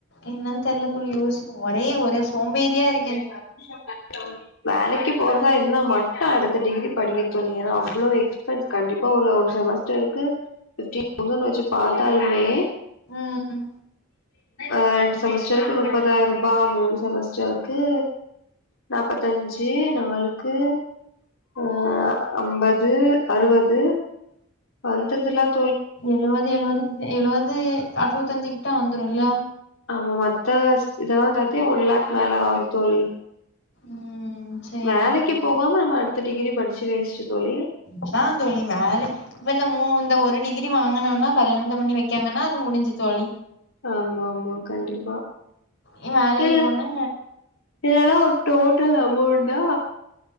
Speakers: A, on the left; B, on the left.
A: என்னன் தெர்ல தோழி யோசிப்போ ஒரே ஒரு சோம்பேறியா இருக்
B: <inaudible> வேலைக்கு போறதா இருந்தா மட்டு அடுத்த டிகிரி படிக்க தோழி ஏன்னா அவ்ளோ எக்ஸ்பென்ஸ் கண்டிப்பா ஒரு ஒரு செமஸ்டருக்கு பிப்டீன் தௌஸண் வச்சு பாத்தாலுமே
A: ம்
B: ஆ ரெண்டு செமஸ்டருக்கு முப்பதாயிர் ரூபா மூணு செமஸ்டர்க் க்கு நாப்பத்தஞ்சு நாளுக்கு ஆ ஐம்பது அறுவது வந்துர்துலாப்
A: எழுவது எழுவது கிட்ட எழுவது அறுவத்த அஞ்சு கிட்ட வந்துரு இல்ல
B: ஆமா மத்த இதல்லா சேத்தே ஒன் லாக் மேல ஆவுது தோழி
A: ம் சரி
B: வேலைக்கி
A: தோழி.
B: போகாம நம்ம அடுத்த டிகிரி படுச்சு வேஸ்டு தோழி
A: அதா தோழி மேலய் இப்ப இந்த மூ இந்த ஒரு டிகிரி வாங்குனோனா கல்யாணத்த பண்ணி வெக்காங்கன்னா அது முடிஞ்சு தோழி
B: ஆமா ஆமா கண்டிப்பா
A: இவ வேலைக்கி
B: இல்ல
A: போனு
B: இதெல்லா ஒரு டோட்டல் அமௌண்டா